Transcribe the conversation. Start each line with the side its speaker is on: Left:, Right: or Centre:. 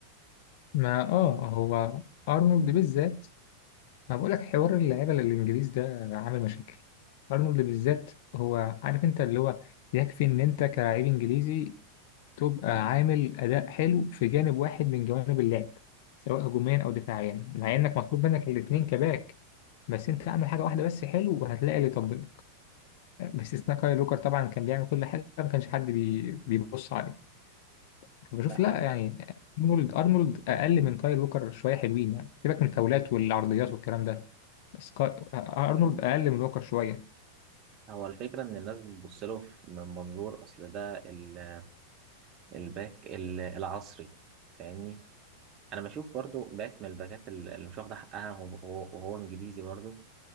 Left: ما اه هو ارنولد بالذات ما بقولك حوار اللعيبة للإنجليز ده عامل مشاكل أرنولد بالذات هو عارف أنت اللي هو يكفي إن أنت كلاعب إنجليزي تبقى عامل أداء حلو في جانب واحد من جوانب اللعب سواء هجوميا أو دفاعيا مع إنك مطلوب منك الاتنين كباك بس أنت اعمل حاجة واحدة بس حلو وهتلاقي اللي يطبلك باستثناء كاي لوكر طبعا كان بيعمل كل حاجة ما كانش حد بي... بيبص عليه بشوف
Right: لا
Left: لا يعني أرنولد أرنولد أقل من كاي لوكر شوية حلوين يعني سيبك من الفاولات والعرضيات والكلام ده سكاي ارنولد اقل من ووكر شويه
Right: هو الفكرة إن الناس بتبص له في- من منظور أصل ده ال- الباك ال- العصري فاهمني أنا بشوف برضو باك من الباكات ال- اللي مش واخدة حقها وهو وهو- وهو إنجليزي برضو